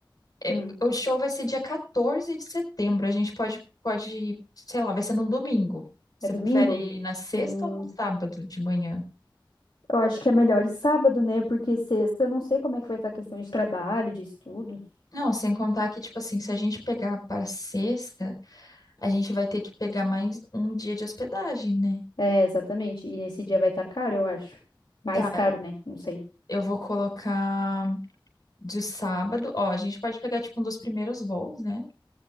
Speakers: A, on the left; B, on the left.
A: É,
B: Hum.
A: o show vai ser dia 14 de setembro, a gente pode, pode, sei lá, vai ser num domingo. Você
B: É domingo?
A: prefere na sexta
B: Hum.
A: ou no sábado de manhã?
B: Eu acho que é melhor ir sábado, né? Porque sexta, eu não sei como é que vai estar a questão de trabalho, de estudo.
A: Não, sem contar que, tipo assim, se a gente pegar para sexta, a gente vai ter que pegar mais um dia de hospedagem, né?
B: É, exatamente. E nesse dia vai estar caro, eu acho. Mais
A: Tá,
B: caro, né? Não sei.
A: eu vou colocar de sábado. Ó, a gente pode pegar, tipo, um dos primeiros voos, né?